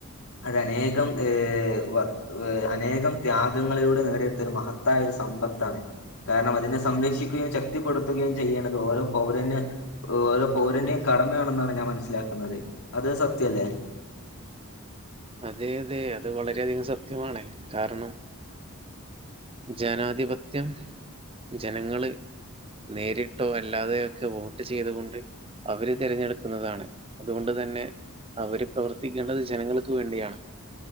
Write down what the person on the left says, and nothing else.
അത് അനേകം ഏഹ് വ അനേകം ത്യാഗങ്ങളിലൂടെ നേടിയെടുത്ത ഒരു മഹത്തായ ഒരു സമ്പത്താണ് കാരണം അതിനെ സംരക്ഷിക്കുകയും ശക്തിപ്പെടുത്തുകയും ചെയ്യണത് ഓരോ പൗരന് ഓരോ പൗരന്റെയും കടമയാണെന്നാണ് ഞാൻ മനസ്സിലാക്കുന്നത് അത് സത്യല്ലേ?